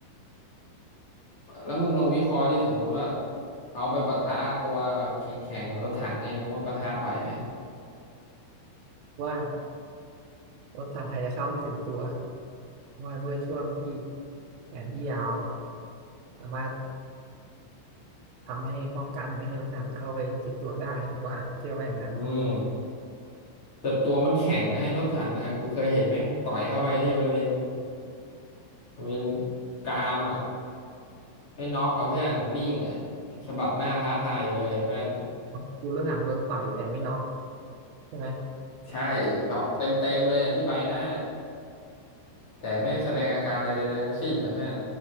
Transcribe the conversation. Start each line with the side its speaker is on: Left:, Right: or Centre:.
Left: แล้วมึงลองวิเคราะห์ดิสมมุติว่าเขาไปปะทะตัวแบบแข็งๆกับรถถังเนี่ยมึงว่าปะทะไหวไหม
Right: ว่ารถถังอาจจะเข้าไม่ถึงตัวว่าด้วยช่วงที่แผนที่ยาวอะสามารถทำให้ป้องกันไม่ให้รถถังเข้าไปจิกตัวได้ว่าเชื่อว่าอย่างนั้น
Left: อืมแต่ตัวมันแข็งไงรถถังอ่ะกูเคยเห็นแม่งต่อยเข้าไปที่บริเวณบริเวณกรามอ่ะไม่น็อกกับเพื่อนนิ่งอ่ะสะบัดหน้าท้าทายอยู่เลยอะเพื่อน
Right: คือรถถังโดนต่อยแต่ไม่น็อกใช่ไหม
Left: ใช่แบบเต็มเต็มเลยอะที่ใบหน้าแต่ไม่แสดงอาการอะไรใดๆทั้งสิ้นนะเพื่อน